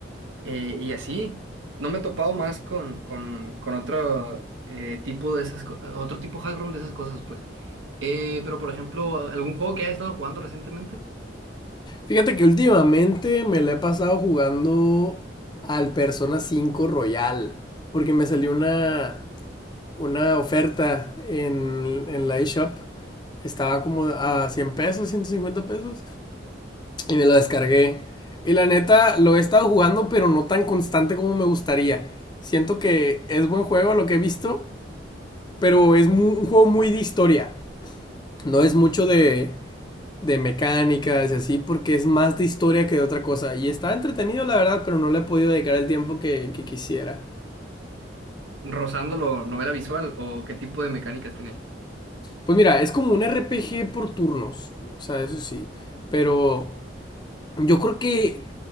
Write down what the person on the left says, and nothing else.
Fíjate que últimamente me la he pasado jugando al Persona 5 Royal, porque me salió una, una oferta en, en la eShop. Estaba como a 100 pesos, 150 pesos, y me lo descargué. Y la neta, lo he estado jugando, pero no tan constante como me gustaría. Siento que es buen juego lo que he visto, Pero es mu- un juego muy de historia. No es mucho de, de mecánicas y así, porque es más de historia que de otra cosa. Y está entretenido, la verdad, pero no le he podido dedicar el tiempo que, que quisiera.
Pues mira, es como un RPG por turnos. O sea, eso sí. Pero yo creo que